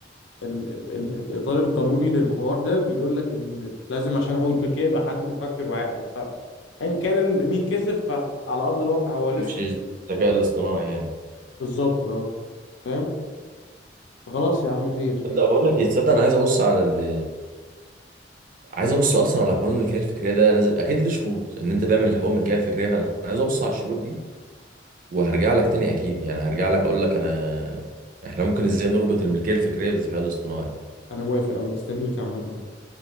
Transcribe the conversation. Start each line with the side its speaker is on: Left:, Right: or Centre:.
Left: ال... ال... الاطار القانوني للحوار ده بيقول لك ان لازم عشان حقوق الملكيه يبقى حد مفكر وعاقل فان كان ال... مين كسب فعلى ارض الواقع هو لسه
Right: مش الذكاء الاصطناعي يعني
Left: بالظبط اه فاهم خلاص يا عم خير
Right: تصدق
Left: خير
Right: بقول لك ايه تصدق انا عايز ابص على ال عايز ابص اصلا على قانون الملكيه الفكريه ده لازم اكيد ليه شروط ان انت تعمل حقوق ملكيه فكريه فانا عايز ابص على الشروط دي وهرجع لك تاني اكيد يعني هرجع لك اقول لك انا احنا ممكن ازاي نربط الملكيه الفكريه بالذكاء الاصطناعي
Left: انا موافق انا مستنيك عامه